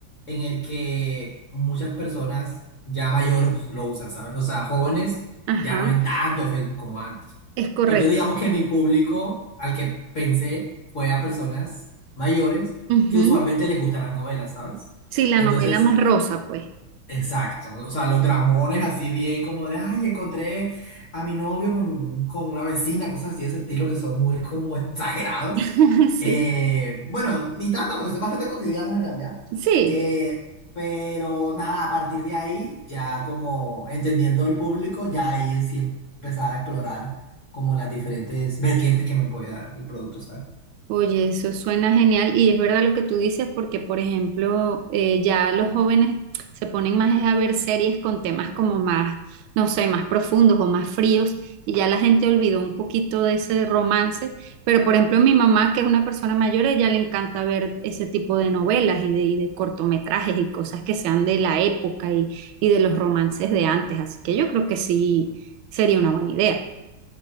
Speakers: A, on the left; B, on the right.
A: en el que muchas personas ya mayores lo usan, ¿sabes? O sea, jóvenes
B: ajá.
A: ya no ven tanto Facebook como antes.
B: Es correcto.
A: Entonces digamos que mi público al que pensé fue a personas mayores
B: Ujú.
A: que usualmente les gustan las novelas, ¿sabes?
B: Sí, la
A: Entonces,
B: novela más rosa, pues.
A: exacto, o sea, los dramones así bien como de, ay, encontré a mi novio con, con la vecina, cosas así de ese estilo que son muy como <laughs> exagerados.
B: <laughs> Sí,
A: Eh, bueno, ni tanto, porque son bastante cotidianos en realidad.
B: sí,
A: Eh, pero nada, a partir de ahí, ya como entendiendo el público, ya ahí es sí empezar a explorar como las diferentes vertientes que me puede dar el producto, ¿sabes?
B: Oye, eso suena genial y es verdad lo que tú dices porque, por ejemplo, eh, ya los jóvenes se ponen más es a ver series con temas como más, no sé, más profundos o más fríos y ya la gente olvidó un poquito de ese romance, pero por ejemplo mi mamá, que es una persona mayor, a ella le encanta ver ese tipo de novelas y de, y de cortometrajes y cosas que sean de la época y, y de los romances de antes, así que yo creo que sí sería una buena idea.